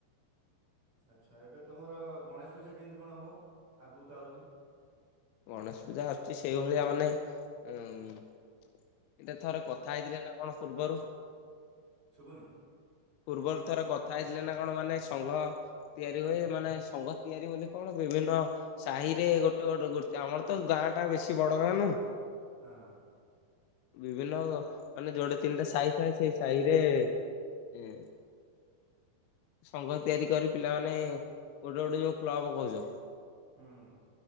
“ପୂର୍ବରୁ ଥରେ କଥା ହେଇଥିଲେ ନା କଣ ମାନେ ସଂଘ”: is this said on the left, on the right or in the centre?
Left